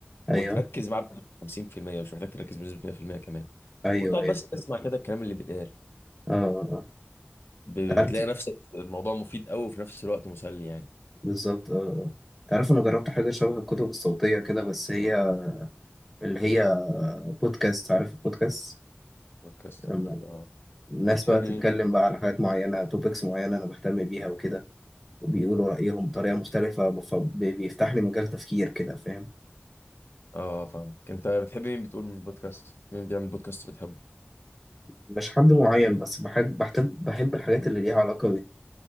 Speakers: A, in the centre; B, on the left.
A: ايوه
B: وتركز معاه بنسبة 50% مش محتاج تركز بنسبه 100% كمان
A: ايوه
B: وتقعد
A: ايوه
B: بس تسمع كده الكلام اللي بيتقال
A: اه آه.
B: ب-
A: تعرف
B: بتلاقي نفسك الموضوع مفيد قوي وفي نفس الوقت مسلي يعني
A: بالظبط اه تعرف انا جربت حاجه شبه الكتب الصوتيه كده بس هي اللي هي بودكاست عارف البودكاست
B: بودكاست
A: لما
B: اكيد اه
A: الناس
B: بتحبي
A: بقى تتكلم
B: مين
A: بقى على حاجات معينه توبكس معينه انا بهتم بيها وكده وبيقولوا رأيهم بطريقة مختلفة فبيفتح لي مجال تفكير كده فاهم
B: اه فاهمك انت بتحبي مين بتقول من البودكاست مين بيعمل بودكاست بتحبه
A: مش حد معين بس بحب بحب بحب الحاجات اللي ليها علاقة